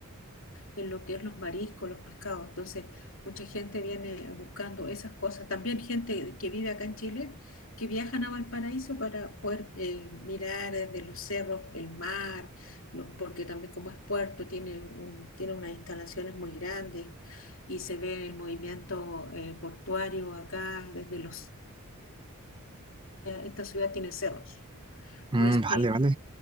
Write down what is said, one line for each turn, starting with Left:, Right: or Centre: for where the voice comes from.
Left: en lo que es los mariscos, los pescados. Entonces, mucha gente viene buscando esas cosas. También gente que vive acá en Chile, que viajan a Valparaíso para poder eh, mirar desde los cerros el mar, los, porque también como es puerto, tiene, un, tiene unas instalaciones muy grandes y se ve el movimiento eh, portuario acá desde los... Esta ciudad tiene cerros,
Right: Mm,
Left: no es playa
Right: vale, vale.